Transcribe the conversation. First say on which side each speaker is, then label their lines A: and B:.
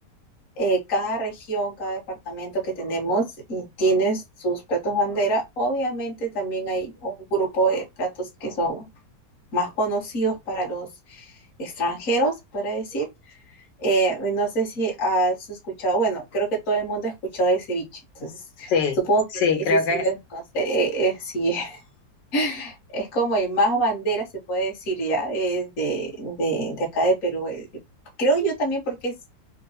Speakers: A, on the left; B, on the left.
A: eh, cada región, cada departamento que tenemos y tiene sus platos bandera. Obviamente también hay un grupo de platos que son más conocidos para los extranjeros, para decir, eh, no sé si has escuchado, bueno, creo que todo el mundo ha escuchado el ceviche, entonces
B: Sí,
A: supongo
B: sí,
A: que
B: creo
A: ese sí
B: que
A: lo conoce, eh, eh, sí, <laughs> es como el más bandera, se puede decir ya, es de, de, de acá de Perú. eh, Creo yo también porque es